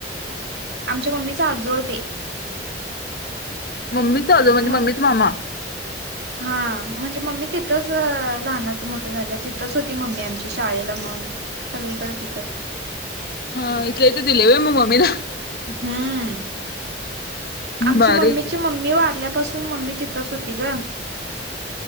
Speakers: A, on the right; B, on the left.
A: आमच्या मम्मीचा आजोळ ते
B: मम्मीच आो म्हणजे
A: म
B: मम्मीच मामा
A: हा म्हणजे मम्मी तिथंच लहानाच मोठं झालं तिथंच होती मम्मी आमची शाळेला म्ह सगळीकडे तथच
B: हा इथले इथ दिले व मग मम्मी ना
A: हम्म आमची
B: बारीक
A: मम्मीची मम्मी वाारल्या पसून मम्मी चथ्रच होती ग